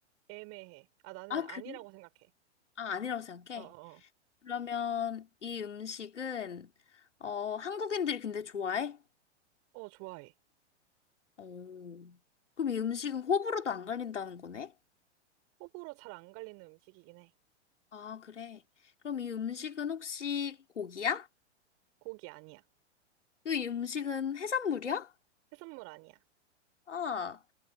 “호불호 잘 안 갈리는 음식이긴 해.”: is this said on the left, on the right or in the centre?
Right